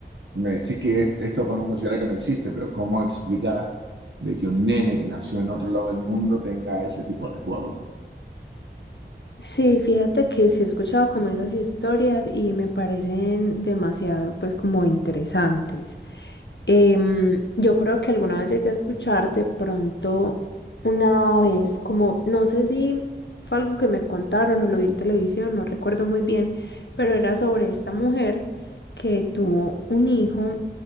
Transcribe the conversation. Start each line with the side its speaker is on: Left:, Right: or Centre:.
Right: me decís que es- esto podemos considerar que no existe, pero ¿cómo explicás de que un nene que nació en otro lado del mundo tenga ese tipo de recuerdos?
Left: Sí, fíjate que sí he escuchado como esas historias y me parecen demasiado pues como interesantes. Em, yo creo que alguna vez llegué a escuchar de pronto una vez como, no sé si fue algo que me contaron o lo vi en televisión, no recuerdo muy bien, pero era sobre esta mujer que tuvo un hijo